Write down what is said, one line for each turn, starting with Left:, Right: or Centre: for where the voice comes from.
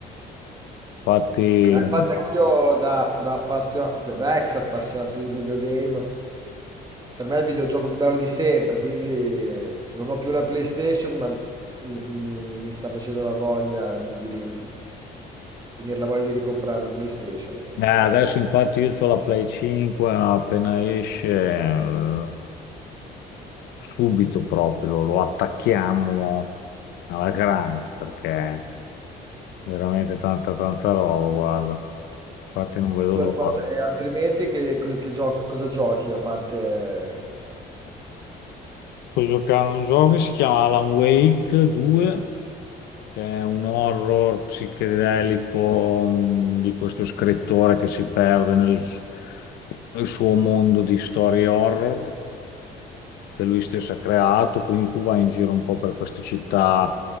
Left: Infatti,
Right: Ah, Infatti anch'io da, da appassio- cioè, da ex appassionato di videogame, per me è il videogioco più bello di sempre, quindi eh, non ho più la PlayStation, ma mi, mi- mi sta facendo la voglia di, di ri- venire la voglia di ricomprare la PlayStation, il
Left: eh,
Right: GTA
Left: adesso
Right: 6.
Left: infatti io ho la Play 5, appena esce, eh, subito proprio lo, lo attacchiamo alla grande, perché veramente tanta tanta roba, guarda. Infatti non vedo
Right: Scusa, quando-
Left: l'ora.
Right: e altrimenti che, co- che gioco- cosa giochi a parte...
Left: Sto giocando a un gioco che si chiama Alan Wake 2. che è un horror psichedelico mh, di questo scrittore che si perde nel, s- nel suo mondo di storie horror che lui stesso ha creato. Quindi tu vai in giro un po' per queste città